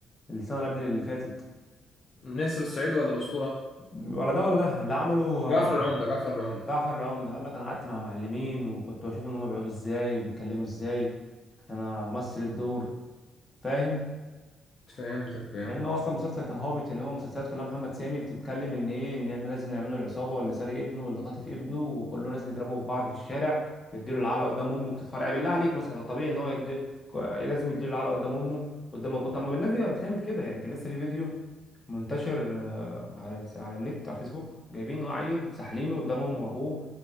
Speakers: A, on the left (about 20°); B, on the left (about 45°).
A: السنه اللي قبل اللي فاتت
B: نسر الصعيد ولا الأسطورة
A: ولا ده ولا ده اللي عمله آه،
B: جعفر العمدة جعفر العمدة
A: جعفر العمدة قال لك انا قعدت مع معلمين وكنت بشوف ان هم بيقعدوا ازاي وبيتكلموا ازاي عشان امثل الدور فاهم
B: فهمتك فهمت
A: فإن هو أصلا المسلسل كان هابط إن هو المسلسلات كلها محمد سامي بتتكلم إن إيه إن إحنا لازم نعمله العصابة واللي سارق ابنه واللي خاطف ابنه وكلهم لازم يضربوا في بعض في الشارع بيديله العلقة قدام أمه بتتفرع بالله عليك مثلا الطبيعي إن هو يدي... كو- لازم يديله العلقة قدام أمه قدام أبوه طب ما الناس دي بتعمل كده يعني كان لسه في فيديو منتشر آه، على الس- على النت على الفيسبوك جايبين عيل سحلينه قدام أمه وأبوه